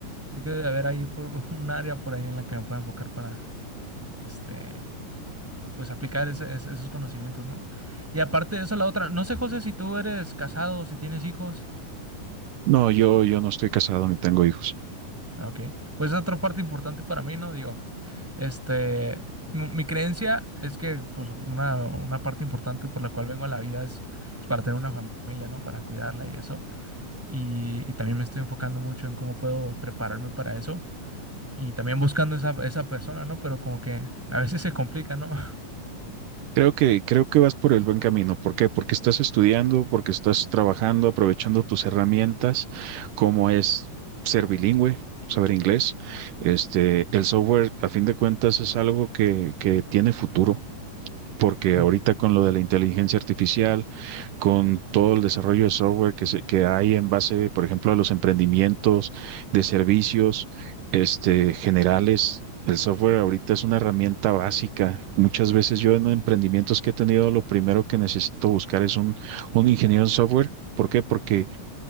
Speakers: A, in the centre; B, on the right.
A: creo que debe haber ahí por, <laughs> un área por ahí en la que me pueda enfocar para, este, pues aplicar ese- ese- esos conocimientos, ¿no? Y aparte de eso, la otra, no sé, José, si tú eres casado, si tienes hijos.
B: No, yo, yo no estoy casado ni tengo hijos.
A: Ah, Ok, pues es otra parte importante para mí, ¿no? Digo, este, mi, mi creencia es que, pues, una, una parte importante por la cual vengo a la vida es, pues, para tener una familia, ¿no? Para cuidarla y eso. y, y también me estoy enfocando mucho en cómo puedo prepararme para eso y también buscando esa, esa persona, ¿no? Pero como que a veces se complica, ¿no? <laughs>
B: Creo que, creo que vas por el buen camino. ¿Por qué? Porque estás estudiando, porque estás trabajando, aprovechando tus herramientas, como es ser bilingüe, saber inglés. Este, el software, a fin de cuentas, es algo que, que tiene futuro, porque
A: Mm,
B: ahorita con lo de la inteligencia artificial, con todo el desarrollo de software que, se- que hay en base, por ejemplo, a los emprendimientos de servicios este, generales. El software ahorita es una herramienta básica. Muchas veces yo en emprendimientos que he tenido, lo primero que necesito buscar es un, un ingeniero en software. ¿Por qué? Porque